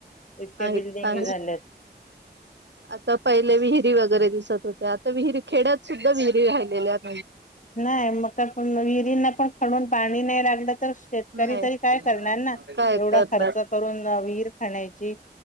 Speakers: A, on the left; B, on the right.
A: इतक्या
B: ह
A: बिल्डिंगी
B: का
A: झाल्यात
B: आता पहिले विहिरी वगैरे दिसत होते आता विहिरी खेड्यात सुद्धा विहिरी राहिलेल्या आहेत
A: नाही मगण विहिरींना पण खडून पाणी नाही राग म्ह तर शेतकरी
B: नाही
A: तरी काय करणार ना
B: काय
A: एवढा
B: करणार
A: खर्च करून विहीर खाण्याची